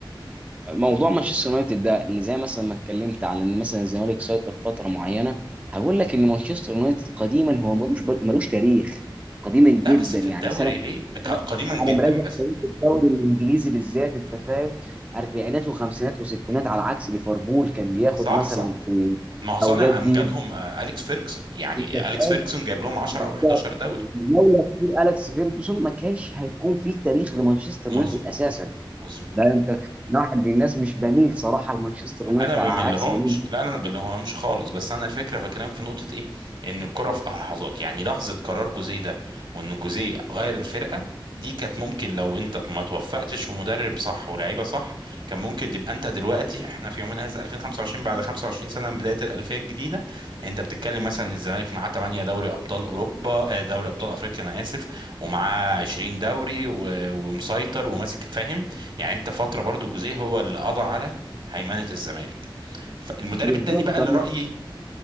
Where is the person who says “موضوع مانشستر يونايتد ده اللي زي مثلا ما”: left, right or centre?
Right